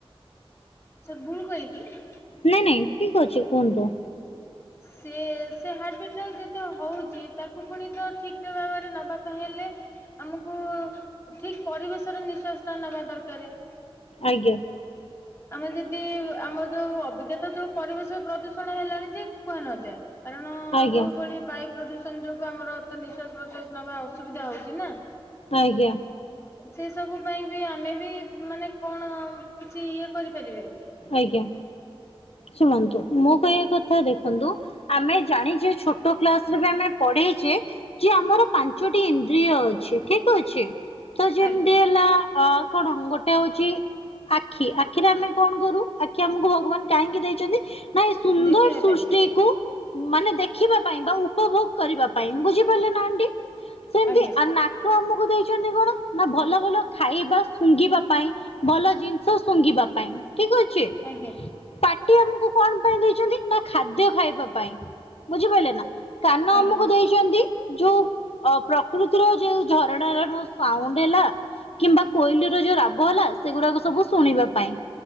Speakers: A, on the left; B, on the left.
A: ସାର୍ ଭୁଲ କହିଲିକି?
B: ନାଇଁ ନାଇଁ ଠିକ ଅଛି କୁହନ୍ତୁ।
A: ସେ ସେ ହେର୍ଟବିଟ ଟାକୁ ଯେତେ ହେଉଛି, ତାକୁ ପୁଣି ତ ଠିକ ଭାବରେ ନେବାକୁ ହେଲେ ଆମକୁ ଠିକ ପରିବେଶରେ ନିଶ୍ଵାସ ଟା ନବା ଦରକାର।
B: ଆଜ୍ଞା।
A: ଆମେ ଯଦି ଆମର ଯୋଉ ଅଭିକାତ ଯୋଉ ପରିବେଶ ପ୍ରଦୂଷଣ ହେଲାଣି ଯେ କୁହାନଯାଏ। କାରଣ
B: ଆଜ୍ଞା
A: ଯୋଉ ଭଳି ବାୟୁ ପ୍ରଦୂଷଣ ଯୋଗୁ ଆମର ତ ନିଶ୍ଵାସ, ପ୍ରଶ୍ଵାସ ନବା ଅସୁବିଧା ହଉଛି ନା।
B: ଆଜ୍ଞା।
A: ସେ ସବୁ ପାଇଁ ବି ଆମେ ବି ମାନେ କଣ କିଛି ଇଏ କରିପାରିବା କି?
B: ଆଜ୍ଞା, ଶୁଣନ୍ତୁ ମୋ କହିବା କଥା ଦେଖନ୍ତୁ, ଆମେ ଜାଣିଛେ ଛୋଟ କ୍ଲାସ ରେ ବି ଆମେ ପଢିଛେ, କି ଆମର ପାଞ୍ଚ ପାଞ୍ଚଟି ଇନ୍ଦ୍ରିୟ ଅଛି। ଠିକ ଅଛି ତ ଯେମିତି
A: ଆଜ୍ଞା
B: ହେଲା ଅ କଣ ଗୋଟେ ଏଇଟା ହଉଛି ଆଖି, ଆଖିରେ ଆମେ କଣ କରୁ ଆଖି ଆମକୁ ଭଗବାନ କାହିଁକି ଦେଇଛନ୍ତି ନା, ଏ ସୁନ୍ଦର
A: ଦେଖିବା
B: ସୃଷ୍ଟିକୁ
A: ପାଇଁ ଦେଇଛନ୍ତି
B: ମାନେ ଦେଖିବା ପାଇଁ ବା, ଉପଭୋଗ କରିବା ପାଇଁ, ବୁଝିପାରିଲେ ନା ଆଣ୍ଟି? ସେମିତି
A: ଆଜ୍ଞା।
B: ନାକ ଆମକୁ ଦେଇଛନ୍ତି କଣ? ନା ଭଲ ଭଲ ଖାଇବା ଶୁଙ୍ଘିବା ପାଇଁ, ଭଲ ଜିନିଷ ଶୁଙ୍ଘିବା ପାଇଁ, ଠିକ ଅଛି
A: ଆଜ୍ଞା।
B: ପାଟି ଆମକୁ କଣ ପାଇଁ ଦେଇଛନ୍ତି ନା ଖାଦ୍ୟ ଖାଇବା ପାଇଁ ବୁଝିପାରିଲେ ନା? କାନ
A: ଆଜ୍ଞା
B: ଆମକୁ ଦେଇଛନ୍ତି ଯୋଉ ଅ ପ୍ରକୃତିର ଯୋଉ ଝରଣାର ସାଉଣ୍ଡ ହେଲା କିମ୍ବା କୋଇଲି ର ଯୋଉ ରାବ ହେଲା ସେଗୁଡାକ ସବୁ ଶୁଣିବା ପାଇଁ।